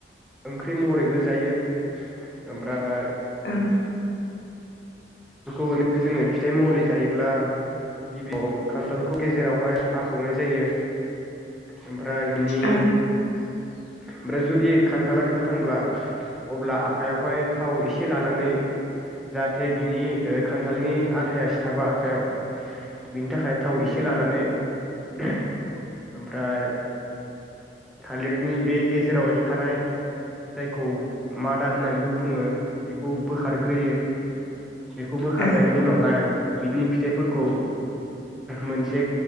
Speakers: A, in the centre; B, on the left.
A: ओंख्रि महरैबो जायो ओमफ्राय
B: <inaudible>
A: बेफोरखौ माने जोङो फिथाइ महरै जायोब्ला गिबियाव खान्थालखौ गेजेरावहाय हाखावनाय जायो ओमफ्राय बिनि
B: ओं
A: ओमफ्राय जुदि खान्थाला गोथांब्ला अब्ला आखायावहाय थाव इसे लानानै जाहाथे बिनि ओ खान्थालनि आथाया सिथाबा आखाइयाव बिनि थाखाय थाव एसे लानानै ओमफ्राय थालिरनि बे गेजेराव थानाय जायखौ मादा होननानैबो बुङो बेखौ बोखारग्रोयो बेखौ बोखारनायनि
B: ओं
A: उनावहाय बिनि फिथाइफोरखौ मोनसे